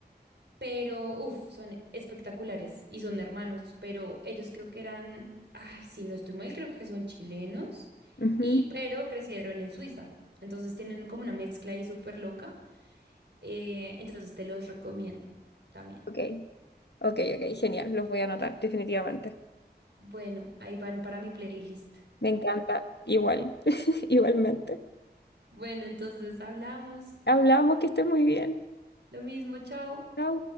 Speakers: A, on the right; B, on the left.
A: pero uff, son espectaculares y son hermanos, pero ellos creo que eran, ay, si no estoy mal, creo que son chilenos
B: Ujú.
A: y pero crecieron en Suiza. Entonces tienen como una mezcla ahí súper loca. eh, entonces te los recomiendo también.
B: Ok, ok, ok, genial. Los voy a anotar, definitivamente.
A: Bueno, ahí van para mi playlist.
B: Me encanta. Igual, <laughs> igualmente.
A: Bueno, entonces hablamos.
B: Hablamos, que estés muy bien.
A: Lo mismo, chao.
B: Chao.